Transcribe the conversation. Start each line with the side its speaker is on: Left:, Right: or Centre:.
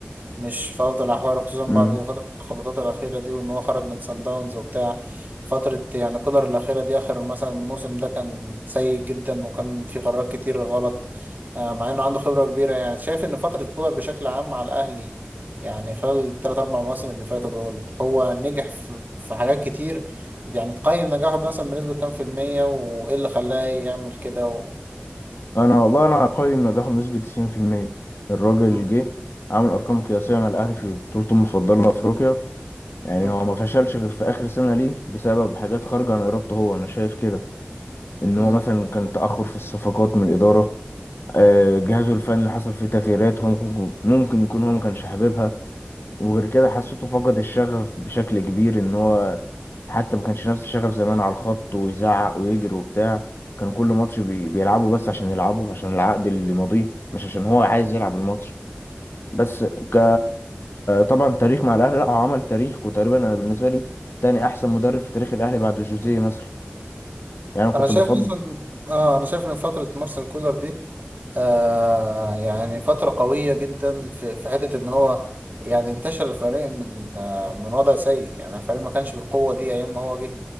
Right: مش في افضل احواله خصوصا بعد
Left: مم.
Right: فتره الخبطات الاخيره دي وان هو خرج من سان داونز وبتاع فتره يعني كولر الاخيره دي اخر مثلا الموسم ده كان سيء جدا وكان في قرارات كتير غلط آه، مع انه عنده خبره كبيره يعني شايف ان فتره كولر بشكل عام مع الاهلي يعني خلال الثلاث اربع مواسم اللي فاتوا دول هو نجح في في حاجات كتير يعني تقيم نجاحه مثلا بنسبه كام في المية وايه اللي خلاه يعمل كده و...
Left: أنا والله أنا أقيم نجاحه بنسبة 90% الراجل
Right: مم.
Left: جه عامل أرقام قياسية مع الأهلي في بطولته المفضلة لأفريقيا يعني
Right: مم.
Left: هو ما فشلش غير في آخر سنة ليه بسبب حاجات خارجة عن إرادته هو أنا شايف كده ان
Right: مم.
Left: هو مثلا كان تأخر في الصفقات من الإدارة آه، جهازه الفني حصل فيه تغييرات هو ممكن ممكن يكون هو ما كانش حاببها وغير كده حسيته فقد الشغف بشكل كبير ان هو حتى ما كانش نفس الشغف زمان على الخط ويزعق ويجري وبتاع كان كل ماتش بي- بيلعبه بس عشان يلعبه عشان العقد اللي ماضيه مش عشان هو عايز يلعب الماتش بس ك طبعا تاريخ مع الاهلي لا هو عمل تاريخ وتقريبا انا بالنسبه لي تاني احسن مدرب في تاريخ الاهلي بعد جوزيه مثلا يعني انا
Right: انا
Left: كنت
Right: شايف
Left: بفضل
Right: مثلا اه انا شايف ان فتره مارسيل كولر دي آه يعني فترة قوية جدا في في حتة إن هو يعني انتشر الفريق من آه من وضع سيء يعني الفريق ما كانش بالقوة دي أيام ما هو جه